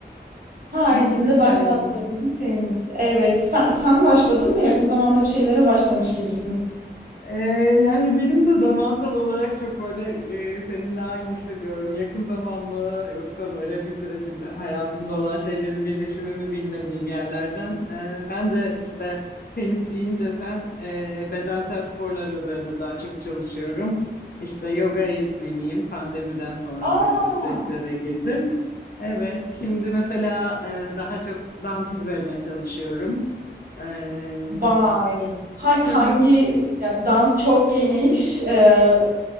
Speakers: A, on the right; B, on the left.
A: Haricinde
B: ne süpermiş.
A: başlattığım bir tenis. Evet, sen, sen başladın mı? Yakın zamanda bir şeylere başlamış gibisin.
B: Ee, yani benim de zamansal olarak çok böyle e, seninle aynı hissediyorum. Yakın zaman mı yoksa böyle bir süredir hayatımda olan şeylerin birleşimi mi bilmediğim yerlerden. Ee, ben de işte tenis deyince sen e, bedensel sporlar üzerinde daha çok çalışıyorum. İşte yoga eğitmeniyim. Pandemiden sonra
A: Aa.
B: böyle bir süreçlere girdim. Evet, şimdi mesela e, daha çok dans üzerine çalışıyorum. Ee,
A: Vay! Ha-
B: Evet
A: hangi ya dans çok geniş? Eee,